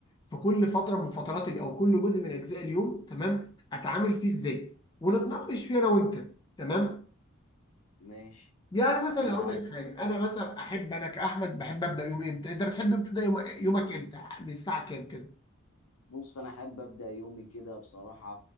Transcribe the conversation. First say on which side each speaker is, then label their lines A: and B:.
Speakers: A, on the left; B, on the left.
A: في كل فتره من فترات ال- او كل جزء من اجزاء اليوم تمام اتعامل فيه ازاي ونتناقش فيه انا وانت تمام
B: ماشي
A: يعني مثلا
B: انا معاك
A: هقول لك حاجه انا مثلا احب انا كاحمد بحب ابدا يومي امتى انت بتحب تبدا يوم- يومك امتى من الساعه كام كده
B: بص انا احب ابدا يومي كده بصراحه